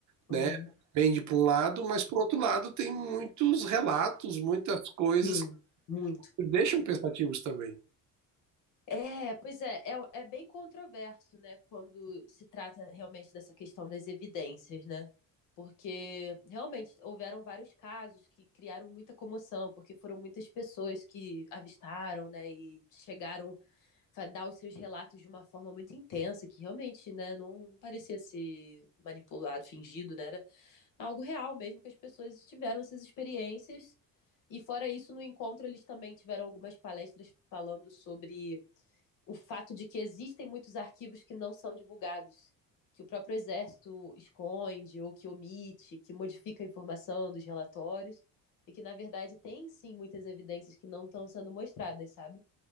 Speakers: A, on the right; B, on the left.
A: né,
B: uhum.
A: pende para um lado, mas, por outro lado, tem muitos relatos, muitas coisas
B: Sim,
A: que
B: muito.
A: nos deixam pensativos também,
B: É, pois é, é, é bem controverso, né, quando se trata realmente dessa questão das evidências, né? Porque realmente houveram vários casos que criaram muita comoção, porque foram muitas pessoas que avistaram, né, e chegaram a dar os seus relatos de uma forma muito intensa, que realmente, né, não, não parecia ser manipulado, fingido, né? Era algo real mesmo, que as pessoas tiveram essas experiências. E fora isso, no encontro eles também tiveram algumas palestras falando sobre o fato de que existem muitos arquivos que não são divulgados, que o próprio Exército esconde ou que omite, que modifica a informação dos relatórios, e que, na verdade, tem sim muitas evidências que não estão sendo mostradas, sabe?